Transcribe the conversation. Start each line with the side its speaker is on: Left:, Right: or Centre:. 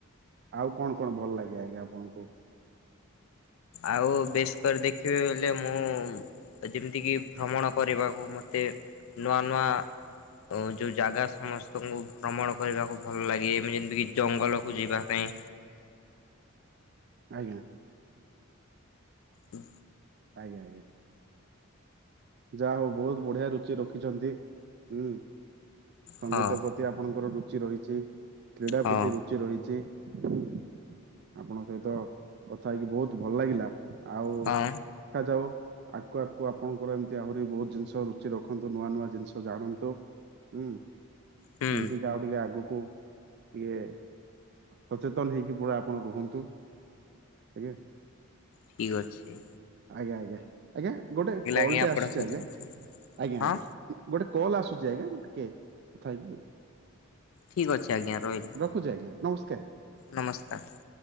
Right: ଆଉ କଣ କଣ ଭଲ ଲାଗେ ଆଜ୍ଞା ଆପଣଙ୍କୁ?
Left: ଆଉ ବେଶୀ କରି ଦେଖିବି ବଲେ ମୁଁ ଯେମିତିକି ଭ୍ରମଣ କରିବାକୁ ମତେ ନୂଆ ନୂଆ ଓ ଯେଉଁ ଜାଗା ସମସ୍ତଙ୍କୁ ଭ୍ରମଣ କରିବାକୁ ଭଲ ଲାଗେମ ଯେମତିକି ଜଙ୍ଗଲକୁ ଯିବା ପାଇଁ
Right: ଆଜ୍ଞା।
Left: ହୁଁ।
Right: ଆଜ୍ଞ ଆଜ୍ଞ। ଯାହା ହଉ ବହୁତ ବଢିଆ ରୁଚି ରଖିଛନ୍ତି ହୁଁ ସଙ୍ଗୀତ
Left: ହଁ
Right: ଆପଣଙ୍କର ରୁଚି ରହିଛି କ୍ରୀଡ଼ା
Left: ହଁ
Right: ପ୍ରତି ରୁଚି ରହିଛି ଆପଣଙ୍କ ସହିତ କଥା ହେଇକି ବହୁତ ଭଲ ଲାଗିଲା। ଆଉ
Left: ହଁ
Right: ଦେଖାଯାଉ ଆକୁ ଆଗକୁ ଆପଣଙ୍କର ଏମତି ତି ଆହୁରି ବହୁତ ଜିନିଷ ରୁଚି ରଖନ୍ତୁ ନୂଆ ନୂଆ ଜିନିଷ ଜାଣନ୍ତୁ ହୁଁ
Left: ହୁଁ
Right: ଯେମତି ଆଉ ଟିକେ ଆଗକୁ ଟିକେ ସଚେତନ ହେଇକି ପୁରା ଆପଣ ରୁହନ୍ତୁ ଆଜ୍ଞା।
Left: ଫେରୁଛୁ କି?
Right: ଆଜ୍ଞା ଆଜ୍ଞା ଗୋଟେ କଲ୍
Left: ଆଜ୍ଞା
Right: ଟେ
Left: ଆପଣଙ୍କ
Right: ଆସିଛି
Left: ସହିତ
Right: ଆଜ୍ଞା।
Left: କଥା ହଁ
Right: ଗୋଟେ କଲ୍ ଆସୁଛି ଆଜ୍ଞା ମୁଁ ଟିକେ କଥା ହେଇକି
Left: ଠିକ ଅଛି ଆଜ୍ଞା ରହିଲି।
Right: ରଖୁଛି ଆଜ୍ଞା ନମସ୍କାର।
Left: ନମସ୍କାର।